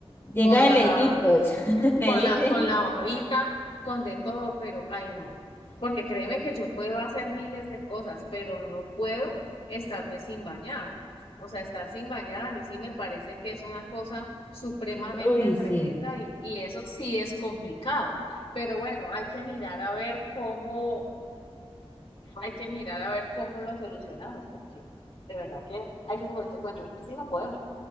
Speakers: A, on the left; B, on the left.
A: Llega
B: con
A: de
B: la,
A: lejitos, <laughs> me
B: con
A: dice.
B: la, con la babita, con de todo, pero ay no. Porque créeme que yo puedo hacer miles de cosas, pero no puedo estarme sin bañar. O sea, estar sin bañar a mí sí me parece que es una cosa supremamente
A: Uy,
B: tremenda
A: sí.
B: y, y eso sí es complicado. Pero bueno, hay que mirar a ver cómo, hay que mirar a ver cómo lo solucionamos, porque de verdad que hay que como decir, bueno, así no podemos.